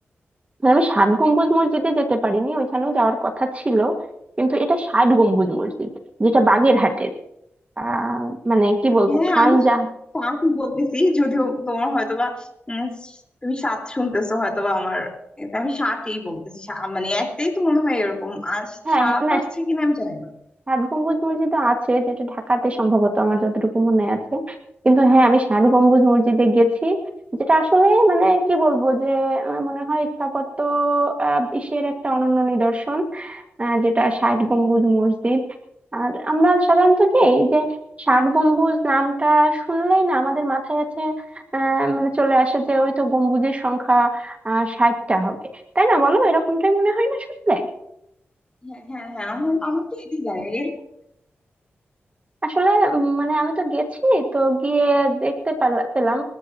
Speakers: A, on the right; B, on the left.
A: মানে আমি ষাট গম্বুজ মসজিদে যেতে পারিনি ওইখানেও যাওয়ার কথা ছিল কিন্তু এটা ষাট গম্বুজ মসজিদ যেটা বাগেরহাটের আহ মানে কি বলবো
B: হ্যাঁ হ্যাঁ
A: খান
B: আমি
A: জাহ
B: সাত বলতেছি যদিও তোমার হয়তোবা উম, তুমি সাত শুনতেছো হয়তোবা আমার এটা আমি সাতই বলতেছি সা- মানে একটাই তো মনে হয় এরকম আর
A: হ্যাঁ
B: সাত
A: হ্যাঁ না
B: আসছে কিনা আমি জানি না
A: ষাট গম্বুজ মসজিদ আছে যেটা ঢাকাতে সম্ভবত আমার যতটুকু মনে আছে কিন্তু হ্যাঁ আমি ষাট গম্বুজ মসজিদে গেছি যেটা আসলে মানে কি বলবো যে আহ, মনে হয় স্থাপত্য আহ, এশিয়ার একটা অনন্য নিদর্শন আহ, যেটা ষাট গম্বুজ মসজিদ আর আমরা সাধারণত কি এই যে ষাট গম্বুজ নামটা শুনলেই না আমাদের মাথায় আছে আহ, মানে চলে আসে যে ওই তো গম্বুজের সংখ্যা আহ ষাটটা হবে তাই না বলো এরকমটাই মনে হয় না শুনলে
B: হ্যাঁ হ্যাঁ হ্যাঁ আমার আমার তো এটাই জানি এরকম
A: আসলে উম, মানে আমি তো গেছি তো গিয়ে দেখতে পারলা- পেলাম